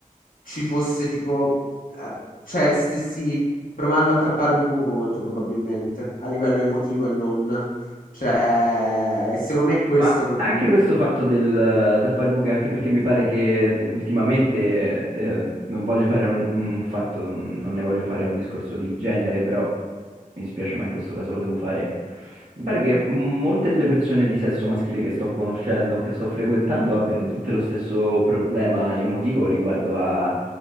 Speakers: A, on the left; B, on the right.
A: ci fosse tipo, eh, cioè stessi provando a tappare un buco molto probabilmente, a livello emotivo e non. Cioè, e secondo me è questo
B: Ma
A: proprio.
B: anche questo fatto del eh, tappare buche, anche perché mi pare che eh, ultimamente, eh, non voglio fare un, un fatto, non ne voglio fare un discorso di genere, però mi spiace, ma in questo caso lo devo fare. Mi pare che m- molte delle persone di sesso maschile che sto conoscendo, o che sto frequentando, abbiano tutte lo stesso problema emotivo riguardo a-